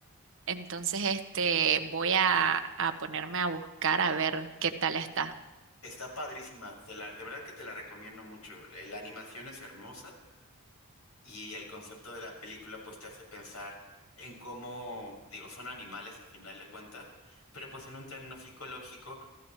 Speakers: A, on the right (about 60°); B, on the left (about 85°).
A: Entonces, este, voy a, a ponerme a buscar a ver qué tal está.
B: Está padrísima, te la- de verdad que te la recomiendo mucho. Eh, La animación es hermosa y el concepto de la película pues te hace pensar en cómo, digo, son animales a final de cuentas, pero pues en un término psicológico